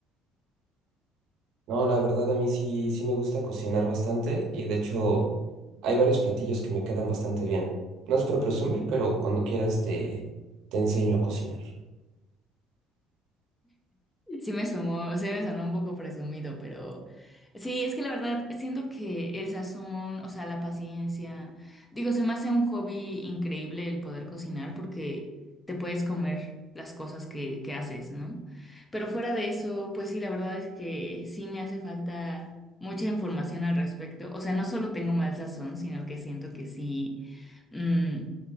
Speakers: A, on the right; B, on the left.
A: No, la verdad a mí sí, sí me gusta cocinar bastante y de hecho hay varios platillos que me quedan bastante bien. No es por presumir, pero cuando quieras te, te enseño a cocinar.
B: Sí me sumó, sí me sonó un poco presumido, pero sí, es que la verdad siento que el sazón, o sea, la paciencia, digo, se me hace un hobby increíble el poder cocinar porque te puedes comer las cosas que, que haces, ¿no? Pero fuera de eso, pues sí, la verdad es que sí me hace falta mucha información al respecto. O sea, no solo tengo mal sazón, sino que siento que sí. mm,